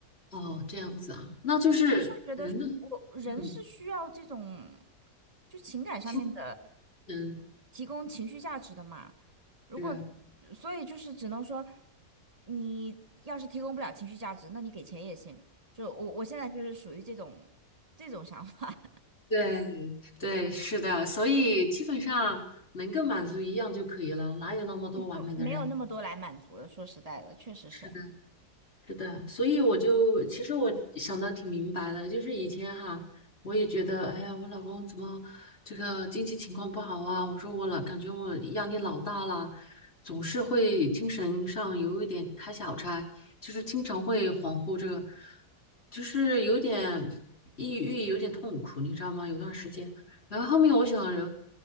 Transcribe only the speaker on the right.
我会觉得是我人是需要这种
就情感上面的
提供情绪价值的嘛。如果
所以就是只能说，你要是提供不了情绪价值，那你给钱也行。就我我现在就是属于这种这种想法，
<laughs> 不没有那么多来满足的。说实在的，确实是，